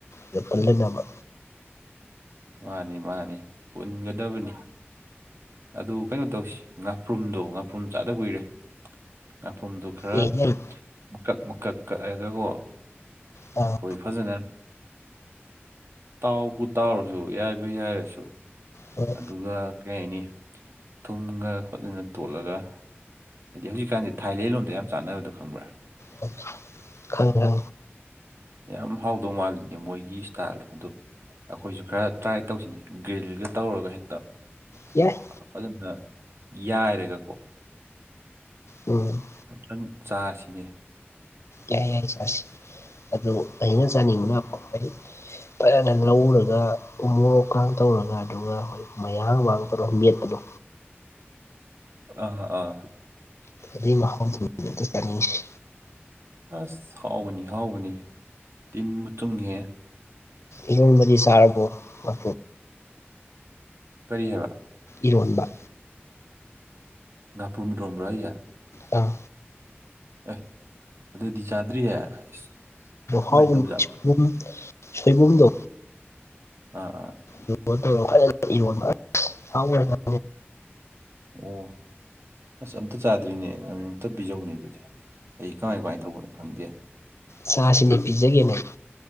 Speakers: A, on the left; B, on the right.
A: ꯍꯦꯛ ꯄꯨꯟ ꯃꯤꯟꯅꯕ
B: ꯃꯥꯅꯤ ꯃꯥꯅꯤ ꯄꯨꯟꯒꯗꯕꯅꯤ ꯑꯗꯨ ꯀꯩꯅꯣ ꯇꯧꯁꯤ ꯉꯥꯄ꯭ꯔꯨꯝꯗꯣ ꯉꯥꯄ꯭ꯔꯨꯝ ꯆꯥꯗ ꯀꯨꯏꯔꯦ ꯉꯥꯄ꯭ꯔꯨꯝꯗꯨ ꯈꯔ
A: ꯑꯦ ꯌꯥꯏ
B: ꯃꯀꯛ ꯃꯀꯛ ꯀꯛ ꯑꯒꯀꯣ
A: ꯑꯥ
B: ꯍꯣꯏ ꯐꯖꯅ ꯇꯥꯎꯕꯨ ꯇꯥꯎꯔꯁꯨ ꯋꯥꯏꯕꯨ ꯌꯥꯏꯔꯁꯨ
A: ꯍꯣꯏ
B: ꯑꯗꯨꯒ ꯀꯔꯤ ꯍꯥꯏꯅꯤ ꯊꯨꯝꯒ ꯈꯣꯠꯇꯅ ꯇꯣꯠꯂꯒ ꯍꯥꯏꯗꯤ ꯍꯧꯖꯤꯛꯀꯥꯟꯗꯤ ꯊꯥꯏꯂꯦꯟ ꯂꯣꯝꯗ ꯌꯥꯝ ꯆꯥꯟꯅꯕꯗꯣ ꯈꯪꯕ꯭ꯔꯥ
A: ꯈꯪꯉꯦ ꯈꯪꯉꯦ
B: ꯌꯥꯝ ꯍꯥꯎꯗꯧ ꯃꯥꯜꯂꯤꯅꯦ ꯃꯣꯏꯒꯤ ꯏꯁꯇꯥꯏꯜꯗꯣ ꯑꯗꯨ ꯑꯩꯈꯣꯏꯁꯨ ꯈꯔ ꯇ꯭ꯔꯥꯏ ꯇꯧꯁꯤꯅꯦ ꯒ꯭ꯔꯤꯜꯒ ꯇꯧꯔꯒ ꯍꯦꯛꯇ
A: ꯌꯥꯢ
B: ꯐꯖꯅ ꯌꯥꯏꯔꯒꯀꯣ
A: ꯎꯝ
B: ꯑꯝꯇꯪ ꯆꯥꯁꯤꯅꯦ
A: ꯌꯥꯏ ꯌꯥꯏ ꯆꯥꯁꯤ ꯑꯗꯨ ꯑꯩꯅ ꯆꯥꯅꯤꯡꯕ ꯀꯣ ꯍꯥꯏꯗꯤ ꯐꯖꯅ ꯂꯧꯔꯒ ꯎꯣꯔꯣꯛꯀ ꯇꯧꯔꯒ ꯑꯗꯨꯒ ꯍꯣꯏ ꯃꯌꯥꯥꯡꯕꯥꯒ ꯇꯧꯔꯒ ꯃꯦꯠꯄꯗꯣ
B: ꯑꯥ ꯑꯥ
A: ꯗꯨꯢ ꯃꯍꯥꯎꯗꯨꯅꯦ ꯑꯝꯇ ꯆꯥꯅꯤꯡꯢꯁꯦ
B: ꯑꯁ ꯍꯥꯎꯕꯅꯤ ꯍꯥꯎꯕꯅꯤ ꯇꯤꯟꯕꯨ ꯆꯨꯝꯃꯦ
A: ꯢꯔꯣꯟꯕꯗꯤ ꯆꯥꯔꯕꯣ ꯃ
B: ꯀꯔꯤ ꯍꯥꯏꯕ
A: ꯏꯔꯣꯟꯕ
B: ꯉꯥꯄꯨꯨꯔꯝ ꯢꯔꯣꯟꯕ꯭ꯔꯣ ꯍꯥꯢꯁꯦ
A: ꯑꯥ
B: ꯑꯦ ꯑꯗꯨꯗꯤ ꯆꯥꯗ꯭ꯔꯤꯌꯦ ꯑꯁ ꯀꯃꯥꯏꯅ
A: ꯍꯥꯎꯕꯣ ꯁꯣꯢ
B: ꯇꯧꯖꯥꯠꯅꯣ
A: ꯁꯣꯏꯕꯨꯝ ꯁꯣꯏꯕꯨꯝꯗꯣ
B: ꯑꯥ ꯑꯥ
A: ꯑꯗꯨꯒ ꯇꯧꯔ ꯐꯖꯅ ꯏꯔꯣꯕ ꯑꯁ ꯍꯥꯎꯒ꯭ꯔꯖꯠꯅꯤ
B: ꯑꯣ ꯑꯁ ꯑꯝꯇ ꯆꯥꯗ꯭ꯔꯤꯅꯦ ꯅꯪ ꯑꯝꯇ ꯄꯤꯖꯧꯅꯦ ꯑꯗꯨꯗꯤ ꯑꯩ ꯀꯃꯥꯏ ꯀꯃꯥꯏꯅ ꯇꯧꯕꯅꯣ ꯈꯪꯗꯦ
A: ꯆꯥꯁꯤꯅꯦ ꯄꯤꯖꯒꯦꯅꯦ